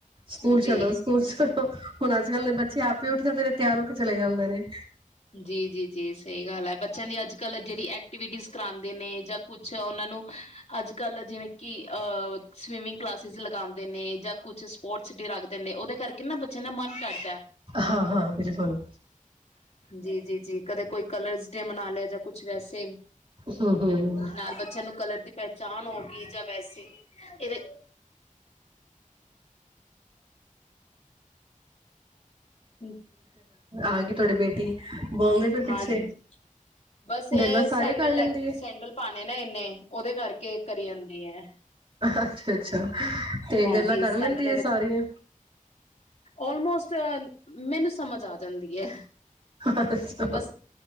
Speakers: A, on the right (about 40°); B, on the left (about 50°).
A: ਸਕੂਲ
B: ਜੀ
A: ਚਲੋ ਸਕੂਲ ਚਲੋ ਹੁਣ, ਅੱਜ ਕੱਲ ਦੇ ਬੱਚੇ ਆਪੇ ਉੱਠ ਜਾਂਦੇ ਨੇ। ਤਿਆਰ ਹੋ ਕੇ ਚਲੇ ਜਾਂਦੇ ਨੇ।
B: ਜੀ ਜੀ ਜੀ। ਸਹੀ ਗੱਲ ਐ ਬੱਚਆਂ ਦੀ ਅੱਜ ਕੱਲ੍ਹ ਜੇੜੀ ਐਕਟੀਵਿਟੀਜ਼ ਕਰਾਂਦੇ ਨੇ ਜਾਂ ਕੁਛ ਓਨਾਂ ਨੂੰ ਅੱਜ ਕੱਲ੍ਹ ਜਿਵੇਂ ਕਿ ਅਹ ਸਵੀਮਿੰਗ ਕਲਾਸਿਸ ਲਗਾਂਦੇ ਨੇ ਜਾਂ ਕੁਛ ਸਪੋਰਟਸ ਡੇ ਰੱਖਦੇ ਨੇ ਓਹਦੇ ਕਰਕੇ ਨਾ ਬੱਚਆਂ ਦਾ ਮਨ ਕਰਦੈ।
A: ਹਾਂ ਹਾਂ ਬਿਲਕੁਲ।
B: ਜੀ ਜੀ ਜੀ ਕਦੇ ਕੋਈ ਕਲਰਸ ਡੇ ਮਨਾ ਲਿਆ ਜਾਂ ਕੁਛ ਵੈਸੇ।
A: ਹੂੰ ਹੂੰ
B: ਨਾਲ ਬੱਚਿਆਂ ਨੂੰ ਕਲਰ ਦੀ ਪਹਚਾਣ ਹੋ ਗਈ ਜਾਂ ਵੈਸੇ ਇਹਦੇ <unintelligible>
A: ਆ ਗੀ ਤੁਹਾਡੀ ਬੇਟੀ। <inaudible>
B: ਹਾਂਜ
A: ਪਿੱਛੇ
B: ਬਸ
A: ਗੱਲਾਂ
B: ਏ
A: ਸਾਰੀਆਂ
B: ਸੈਂਡਲ
A: ਕਰ ਲੈਂਦੀ
B: ਲੈ
A: ਹੈ
B: ਸੈਂਡਲ ਪਾਣੇ ਨੇ ਏਨੇ। ਓਦੇ ਕਰਕੇ ਕਰੀ ਜਾਂਦੀ ਐ।
A: ਅੱਛਾ ਅੱਛਾ। ਤੇ
B: ਹਾਂਜੀ
A: ਗੱਲਾਂ ਕਰ
B: ਸੈਂਡਲ
A: ਲੈਂਦੀ ਏ ਸਾਰੀਆਂ।
B: ਔਲਮੋਸਟ। ਮੈਨੂੰ ਸਮਝ ਆ ਜਾਂਦੀ ਐ।
A: ਅੱਛਾ
B: ਬਸ